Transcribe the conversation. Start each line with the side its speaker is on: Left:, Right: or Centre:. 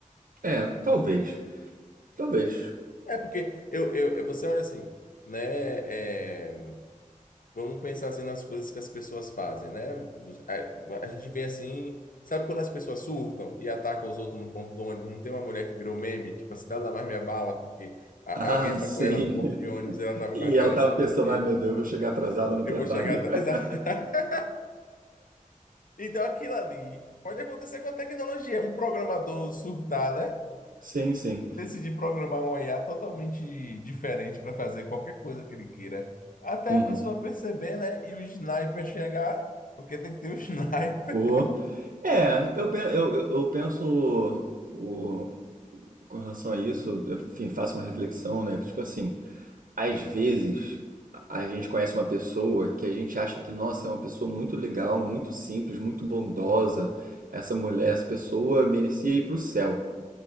Right: É, talvez. Talvez.
Left: É porque eu, eu, você olha assim, né? é, vamos pensar assim nas coisas que as pessoas fazem, né? A, a gente vê assim, sabe quando as pessoas surtam e atacam os outros no ponto de ônibus? Não tem uma mulher que virou meme, tipo, a cidade da mais me abala, porque a-
Right: Ah,
Left: alguém atacou
Right: sim.
Left: ela no ponto
Right: <laughs>
Left: de ônibus e ela tava
Right: E
Left: com a cara
Right: ela tava
Left: assim,
Right: pensando,
Left: meu Deus,
Right: ai meu Deus, eu vou chegar atrasada no trabalho.
Left: eu vou chegar. atrasada."
Right: <laughs>
Left: <laughs> Então, aquilo ali pode acontecer com a tecnologia. Um programador surtar, né?
Right: Sim, sim.
Left: E decidir programar um IA totalmente diferente para fazer qualquer coisa que ele queira. Até
Right: Uhum.
Left: a pessoa perceber, né? E o sniper chegar, porque tem que ter o <laughs> sniper.
Right: O- É, eu, pen- eu, eu eu penso o, com relação a isso, enfim, faço uma reflexão, né? Que tipo assim, às vezes a a gente conhece uma pessoa que a gente acha que, nossa, é uma pessoa muito legal, muito simples, muito bondosa. Essa mulher, essa pessoa merecia ir pro céu.